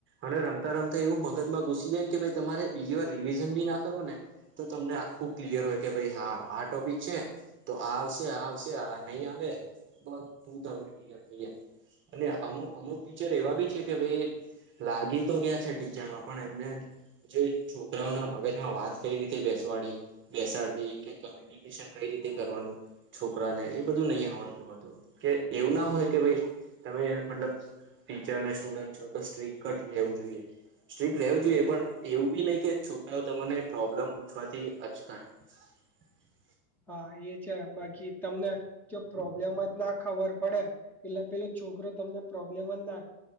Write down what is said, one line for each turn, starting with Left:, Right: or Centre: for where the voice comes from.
Right: અને રમતા રમતા એવું મગજમાં ઘુસી જાય ને કે ભાઈ તમારે બીજી વાર રિવિઝન બી ના કરો ને તો તમને આખું ક્લિયર હોય કે ભાઈ હા આ ટોપિક છે તો આવશે આવશે નહી આવે આવે તો <unintelligible> થઈ અને આમુ અમુક ટીચર એવા બી છે કે ભાઈ એ લાગી તો ગયા છે ટીચરમાં પણ એમને જે છોકરાઓ નો વાત કઈ રીતે બેસવાડી બેસાડવી કે કોમ્યુનિકેશન કઈ રીતે કરવાનું. છોકરાને એ બધું નહી આવડતું હતું કે એવું ના હોય કે ભાઈ તમે મતલબ ટીચર ને સ્ટુડન્ટ છો તો સ્ટ્રીક જ રહેવું જોઈએ. સ્ટ્રીક રહેેવું જોઈએ પણ એવું બી નય કે છોકરાઓ તમને પ્રોબ્લમ પૂછવાથી અચકાય. <inaudible>
Centre: હા એ છે બાકી તમને જો પ્રોબ્લેમ જ ના ખબર પડે એટલે પેલો છોકરો તમને પ્રોબ્લેમ જ ના